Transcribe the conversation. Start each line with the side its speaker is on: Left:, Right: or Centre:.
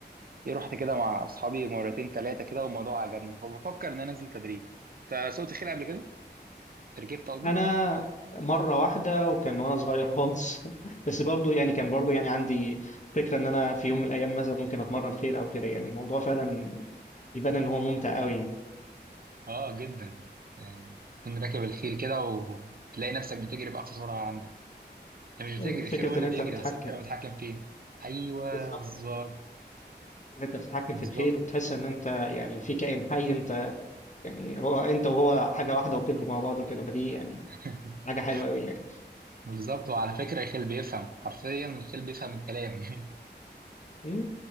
Right: إيه، رحت كده مع اصحابي مرتين ثلاثه كده والموضوع عجبني فبفكر ان انا انزل تدريب انت سوقت خيل قبل كده ركبت قصدي
Left: انا مره واحده وكان وانا صغير خالص <laughs> بس برضو يعني كان برضو يعني عندي فكره ان انا في يوم من الايام مثلا ممكن اتمرن خيل او كده يعني الموضوع فعلا يبان ان هو ممتع قوي يعني
Right: اه جدا يعني تكون راكب الخيل كده وتلاقي نفسك بتجري بأقصى سرعة عندك انت مش
Left: وفكره
Right: بتجري الخيل هو اللي
Left: ان انت
Right: بيجري
Left: تتحكم
Right: بس انت اللي متحكم فيه ايوه
Left: بالظبط
Right: بالظبط
Left: اللي انت بتتحكم في
Right: بالظبط
Left: الخيل وتحس ان انت يعني في كائن حي انت يعني هو انت وهو حاجه واحده وبتجروا مع بعض وكده فدي يعني
Right: <laughs>
Left: حاجه حلوه قوي يعني
Right: بالظبط وعلى فكرة الخيل بيفهم حرفيا الخيل بيفهم الكلام <laughs>
Left: م?